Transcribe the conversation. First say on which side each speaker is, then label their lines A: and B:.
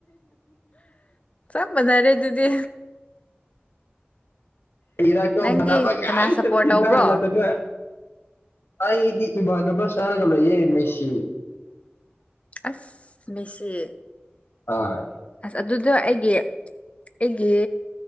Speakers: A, on the left; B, on the left.
A: ꯆꯞ ꯃꯥꯟꯅꯔꯦ ꯑꯗꯨꯗꯤ
B: ꯁꯤꯔꯀꯣ
A: ꯅꯪꯗꯤ
B: ꯃꯅꯕ ꯌꯥꯏ
A: ꯀꯅꯥ ꯁꯞꯄꯣꯔꯠ
B: ꯆ ꯊ‌ꯦꯡꯅꯍꯜꯂꯗꯅ
A: ꯇꯧꯕ꯭ꯔꯣ
B: ꯑꯩꯗꯤ ꯏ ꯗꯄ ꯁꯔꯒꯂꯣ ꯌꯦ ꯃꯦꯁꯤ
A: ꯑꯁ ꯃꯤꯁꯤ
B: ꯑꯥ
A: ꯑꯁ ꯑꯗꯨꯗꯣ ꯑꯩꯒꯤ ꯑꯩꯒꯤ